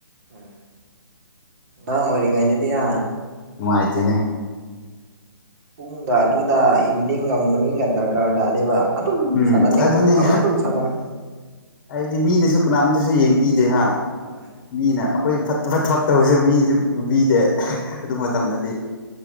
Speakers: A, on the right; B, on the left.
A: ꯎꯝ ꯅꯍꯥ ꯑꯣꯏꯔꯤꯉꯩꯏꯗꯗꯤꯍꯥ
B: ꯅꯨꯉꯥꯏꯇꯦꯅꯦ꯫
A: ꯄꯨꯡꯒ ꯑꯗꯨꯗ ꯏꯚꯤꯅꯤꯡꯒ ꯃꯣꯔꯅꯤꯡꯒ ꯗꯔꯀꯥꯔ ꯇꯥꯗꯦꯕ꯫ ꯑꯗꯨꯝ
B: ꯎꯝ
A: ꯁꯥꯟꯅꯅꯤꯡꯕ
B: ꯑꯗꯨꯅꯦ
A: ꯃꯇꯝꯧꯅ ꯑꯗꯨꯝ ꯁꯥꯟꯉ
B: ꯍꯥꯏꯗꯤ ꯃꯤꯅꯁꯨ ꯀꯅꯥꯝꯇꯁꯨ ꯌꯦꯡꯕꯤꯗꯦ ꯍꯥꯥ
A: ꯍꯣꯏ
B: ꯃꯤꯅ꯫ ꯑꯩꯈꯣꯏ ꯐꯠꯇꯕ ꯊꯕꯛꯇꯕꯁꯨ ꯃꯤꯅꯁꯨꯨꯝ ꯎꯕꯤꯗꯦ
A: ꯍꯣꯏ
B: ꯑꯗꯨ ꯃꯇꯝꯗꯗꯤ꯫